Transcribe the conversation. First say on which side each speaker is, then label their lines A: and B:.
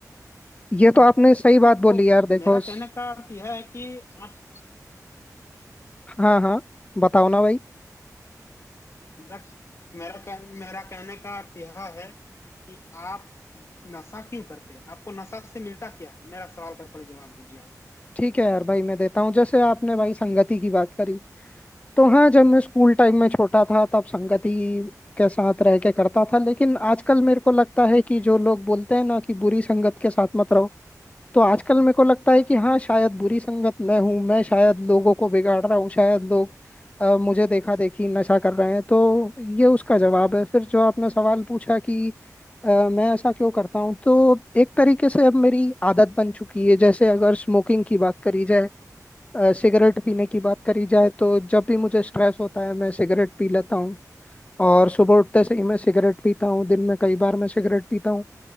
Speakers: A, on the left; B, on the left.
A: ये तो
B: है ना
A: आपने सही बात बोली
B: तो
A: यार देखो
B: मेरा
A: स-
B: कहने का अर्थ यह है कि आप
A: हाँ
B: हाँ
A: हाँ बताओ ना भाई
B: मेरा मेरा कह, मेरा कहने का अर्थ यह है कि आप नशा क्यों करते हैं आपको नशा से मिलता क्या है मेरा सवाल का पहले जवाब दीजिए आप
A: ठीक है यार भाई मैं देता हूँ जैसे आपने भाई संगति की बात करी तो हाँ जब मैं स्कूल टाइम में छोटा था तब संगति के साथ रह के करता था लेकिन आजकल मेरे को लगता है कि जो लोग बोलते हैं ना कि बुरी संगत के साथ मत रहो तो आजकल मेरे को लगता है कि हाँ शायद बुरी संगत मैं हूँ मैं शायद लोगों को बिगाड़ रहा हूँ शायद लोग अ, मुझे देखा देखी नशा कर रहे हैं तो ये उसका जवाब है फिर जो आपने सवाल पूछा कि अ, मैं ऐसा क्यों करता हूँ तो एक तरीके से अब मेरी आदत बन चुकी है जैसे अगर स्मोकिंग की बात करी जाए अ, सिगरेट पीने की बात करी जाए
B: हम्म।
A: तो जब भी मुझे स्ट्रेस होता है मैं सिगरेट पी लेता हूँ और सुबह उठते से ही मैं सिगरेट पीता हूँ दिन में कई बार मैं सिगरेट पीता हूँ